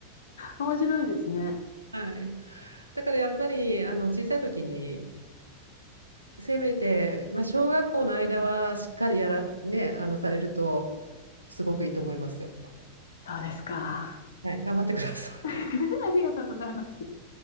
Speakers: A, on the left; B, on the right.
A: 面白いですね。
B: <laughs> はい。だからやっぱり、あの、小さい時に、せめて、まあ、小学校の間はしっかりやら、ね、あの、されると、すごくいいと思います。
A: そうですか。
B: はい。頑張ってください。
A: <laughs> ありがとうございます。